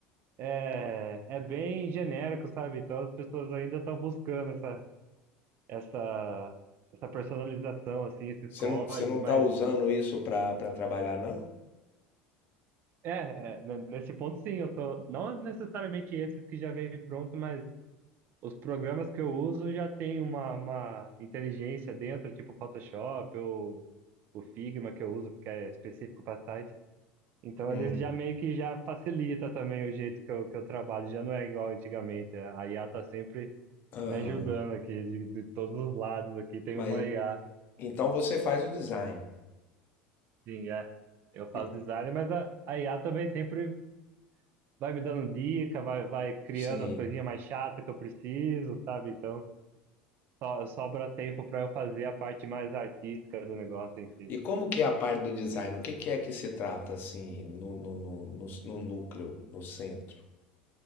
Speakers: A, on the right (about 45°); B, on the left (about 45°).
A: é, é bem genérico, sabe? Então as pessoas ainda estão buscando essa, essa, essa personalização, assim, esse
B: Você
A: código,
B: não, você não
A: mas
B: tá usando isso pra, pra trabalhar, não?
A: é, é, n- nesse ponto sim, eu tô, não necessariamente esses que já vem pronto, mas os programas que eu uso já tem uma, uma inteligência dentro, tipo Photoshop ou o Figma que eu uso, que é específico para site. Então
B: Hum,
A: eles já meio que já facilita também o jeito que eu, que eu trabalho, já não é igual antigamente. é. A IA tá sempre
B: aham.
A: me ajudando aqui, de, de todos os lados aqui tem
B: Mas
A: uma IA.
B: então você faz o design.
A: Sim, é. Eu faço
B: E-
A: design, mas a, a IA também sempre vai me dando dica, vai, vai criando
B: sim.
A: as coisinhas mais chatas que eu preciso, sabe? Então so- sobra tempo para eu fazer a parte mais artística do negócio em si.
B: E como que é a parte do design? O que que é que se trata assim no, no, no, no, no núcleo, no centro?